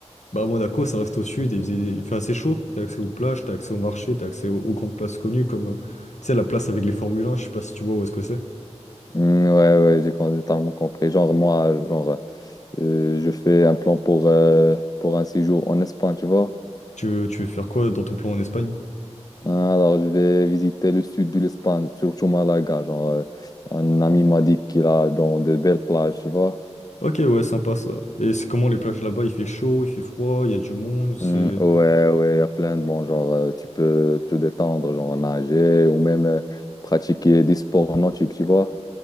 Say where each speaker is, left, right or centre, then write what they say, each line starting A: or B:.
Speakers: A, on the left; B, on the left.
A: Bah, à Monaco, ça reste au sud, et il, faisait- il fait assez chaud, t'as accès aux plages, t'as accès au marché, t'as accès aux, aux grandes places connues, comme, euh, tu sais, la place avec les Formule 1, je sais pas si tu vois où est-ce que c'est.
B: Hum, ouais, ouais, j'ai con- totalement compris. Genre moi, genre, euh, je fais un plan pour, euh, pour un séjour en Espagne, tu vois?
A: Tu, veux- tu veux faire quoi dans ton plan en Espagne?
B: Ah, Alors, je vais visiter le sud de l'Espagne, surtout Malaga. Genre, euh, un ami m'a dit qu'il a dans de belles plages, tu vois.
A: Ok, ouais, sympa ça. Et c'est comment les plages là-bas? Il fait chaud, il fait froid, il y a du monde, c'est...
B: Hmm, ouais, ouais, il y a plein de bons. Genre, euh, tu peux te détendre, genre nager ou même euh, pratiquer des sports nautiques, tu vois.